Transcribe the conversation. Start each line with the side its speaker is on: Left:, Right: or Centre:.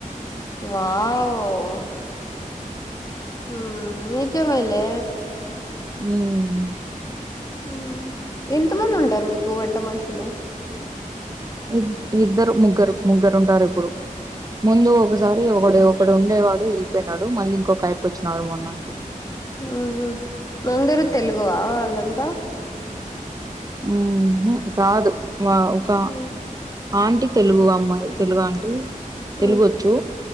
Left: వావ్ ఉం మీకె మేలే
Right: ఉం
Left: ఉం ఎంత మంది ఉంటారు మీకు వంట మనుషులు
Right: ఇ ఇద్దరు ముగ్గురు ముగ్గురు ఉంటారు ఇప్పుడు ముందు ఒకసారి ఒక ఒకడు ఉండేవాడు వెళ్ళిపోయినాడు మళ్ళీ ఇంకొక అయిపో వచ్చినడు మొన్నప్పుడు
Left: ఆహా అందరు తెలుగువా వాళ్ళంతా
Right: హు హామ్ కాదు ఒక
Left: ఉమ్
Right: ఆంటీ తెలుగు అమ్మాయి తెలుగు ఆంటీ తెలుగు
Left: ఉమ్
Right: వచ్చు